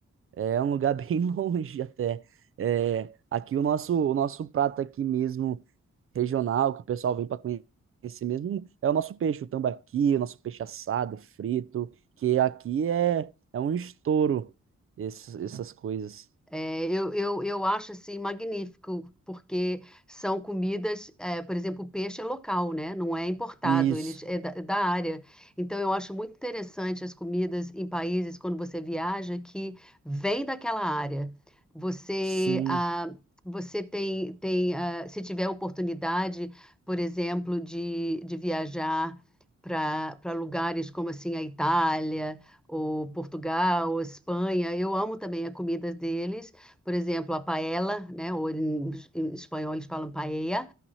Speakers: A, on the right; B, in the centre.
A: é um lugar <laughs> bem longe até. É, aqui o nosso, o nosso prato aqui mesmo, regional, que o pessoal vem para conhecer mesmo, é o nosso peixe, o tambaqui, o nosso peixe assado, frito, que aqui é, é um estouro, esses, essas coisas.
B: É, eu, eu, eu acho assim magnífico, porque são comidas, é, por exemplo, o peixe é local, né? Não é importado,
A: Isso,
B: eles é da, é da área. Então eu acho muito interessante as comidas em países quando você viaja que vem daquela área. Você
A: sim,
B: ah, você tem, tem ah, se tiver oportunidade, por exemplo, de, de viajar para para lugares como assim a Itália ou Portugal, ou Espanha. Eu amo também a comida deles, por exemplo, a paella, né? Ou em, em espanhol eles falam paella,